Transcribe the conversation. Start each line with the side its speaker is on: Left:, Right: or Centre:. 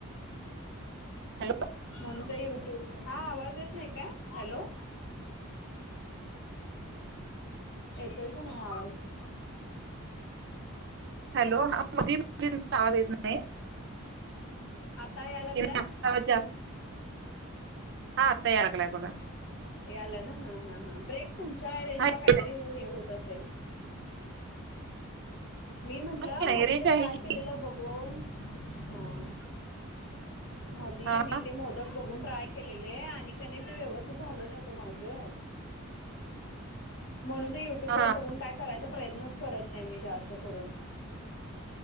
Right: हॅलो.
Left: म्हण युट्यूब हा आवाज येत नाही काय हॅलो. येतोय का नाही आवाज.
Right: हॅलो हा मधेच आवाज येत नाही.
Left: आता
Right: <unintelligible>
Left: यायला लागलाय
Right: ठी आहे हा तयारलाय बघा.
Left: याला ना हा हा हा ब्रेक तुमच्या रेंज
Right: हा येतोय.
Left: ला काहीतरी हे होत असेल. मी म्हंटलं
Right: नाही नाही
Left: मध
Right: रेंज
Left: ते
Right: आहे
Left: ट्राय
Right: की
Left: केलेलं बघून अं, मधी
Right: हा
Left: मी ते मोदक बघून ट्राय केलेले आहे, आणि क नाही ते व्यवस्थित झालं नाही तो माझे. म्हणून ते युट्युब
Right: हा
Left: वर बघून काय. करायचा प्रयत्नच करत नाही मी जास्त करून.